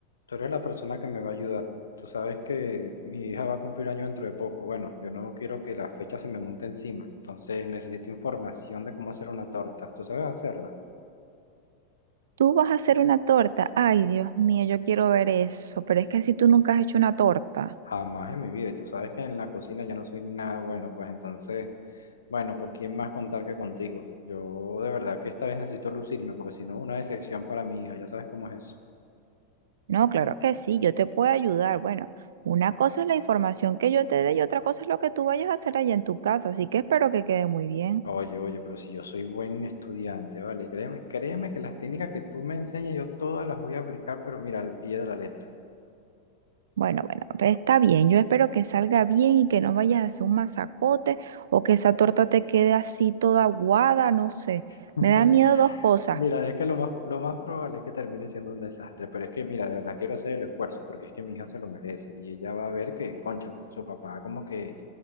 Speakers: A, on the left; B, on the right.
A: Tú eres la persona que me va a ayudar. Tú sabes que mi hija va a cumplir año dentro de poco. Bueno, yo no quiero que la fecha se me monte encima. Entonces necesito información de cómo hacer una torta. ¿Tú sabes hacerla?
B: Tú vas a hacer una torta. Ay, Dios mío, yo quiero ver eso. Pero es que si tú nunca has hecho una torta.
A: Jamás en mi vida. Y tú sabes que en la cocina yo no soy nada bueno. Pues entonces, bueno, ¿por quién más contar que contigo? Yo de verdad que esta vez necesito lucirme porque si no es una decepción para mi hija. Ya sabes cómo es eso.
B: No, claro que sí, yo te puedo ayudar. Bueno, una cosa es la información que yo te dé y otra cosa es lo que tú vayas a hacer allá en tu casa. Así que espero que quede muy bien.
A: Oye, oye, pero si yo soy buen estudiante, vale, créeme, créeme que las técnicas que tú me enseñas yo todas las voy a aplicar, pero mira, al pie de la letra.
B: Bueno, bueno, pues está bien. Yo espero que salga bien y que no vayas a hacer un masacote o que esa torta te quede así toda aguada, no sé.
A: <laughs>
B: Me da
A: El-
B: miedo dos cosas.
A: Mira, es que lo más, lo más probable es que termine siendo un desastre, pero es que, mira, de verdad quiero hacer el esfuerzo porque es que mi hija se lo merece y ella va a ver que, concha, su papá como que,